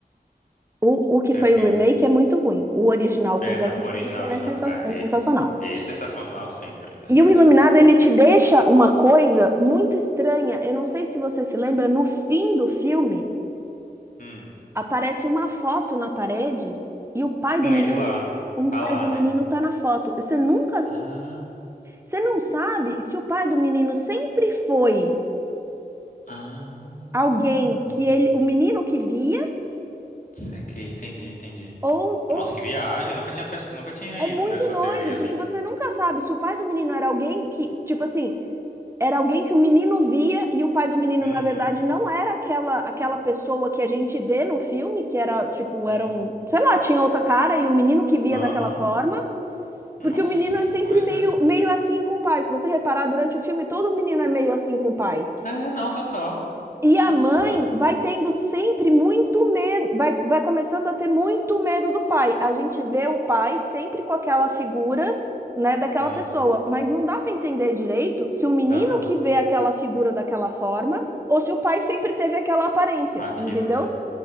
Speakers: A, on the right; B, on the left.
A: O, o que
B: É,
A: foi
B: eu vi.
A: o remake é muito ruim. O original com
B: É,
A: Jack
B: não, o
A: Nicholson
B: original, original.
A: é, sensa-
B: É,
A: é sensacional.
B: e- esse é sensacional sempre, é verdade.
A: E o Iluminado, ele te deixa uma coisa muito estranha. Eu não sei se você se lembra, no fim do filme,
B: Hum.
A: aparece uma foto na parede e o pai
B: Com
A: do menino,
B: ele lá.
A: o
B: Tá
A: pai
B: lá,
A: do menino
B: né?
A: tá na foto. Você nunca
B: Ah,
A: Você não sabe se o pai do menino sempre foi
B: ah.
A: alguém que ele, o menino que via,
B: Saquei, entendi, entendi.
A: ou, ou
B: Nossa,
A: s-
B: que viagem. Eu nunca tinha, pres- nunca tinha
A: é
B: ido
A: muito
B: nessa
A: doido,
B: teoria assim.
A: porque você nunca sabe se o pai do menino era alguém que, tipo assim, era alguém que o menino via e o pai do menino,
B: Uhum.
A: na verdade, não era aquela aquela pessoa que a gente vê no filme, que era, tipo,
B: É.
A: era um, sei lá, tinha outra cara e o menino que via
B: Aham.
A: daquela forma.
B: Nossa,
A: Porque o menino
B: que
A: é sempre
B: coisa.
A: meio, meio assim com o pai. Se você reparar, durante o filme, todo menino é meio assim com o pai.
B: É, não, total.
A: E a
B: Nossa.
A: mãe vai tendo sempre muito medo, vai, vai começando a ter muito medo do pai. A gente vê o pai sempre com aquela figura, né, daquela
B: Hum,
A: pessoa, mas não dá para entender direito se o menino
B: dá não.
A: que vê aquela figura daquela forma ou se o pai sempre teve aquela aparência,
B: Aquilo,
A: entendeu?
B: né?